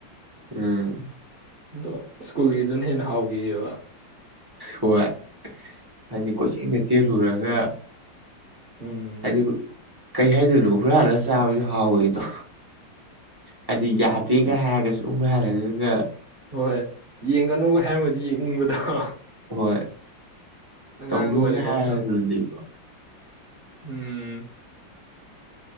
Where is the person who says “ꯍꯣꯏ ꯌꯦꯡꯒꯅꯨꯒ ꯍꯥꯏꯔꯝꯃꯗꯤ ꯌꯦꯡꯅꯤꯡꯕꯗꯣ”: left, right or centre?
Right